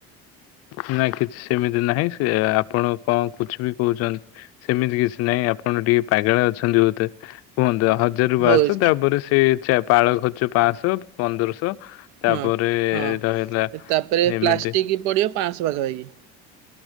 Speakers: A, on the left; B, on the right.
A: <inaudible> ନା କିଛି ସେମିତି ନାହିଁ ସେ ଆପଣ କଣ କୁଛିବି କହୁଛନ୍ତି। ସେମିତି କିଛି ନାହିଁ ଆପଣ ଟିକେ ପାଗଳା ଅଛନ୍ତି ବୋଧେ। କୁହନ୍ତୁ ହଜାରରୁ
B: ହଉ
A: ବାରଶହ
B: କି-
A: ତାପରେ ସେ ପାଳ ଖର୍ଚ୍ଚ ପାଞ୍ଚଶହ ପନ୍ଦରଶହ। ତାପରେ
B: ହଁ ହଁ
A: ରହିଲା
B: ତାପରେ
A: ଏମିତି
B: ପ୍ଲାଷ୍ଟିକ ବି ପଡିବ ପାଞ୍ଚଶହ ପାଖ ପାଖି।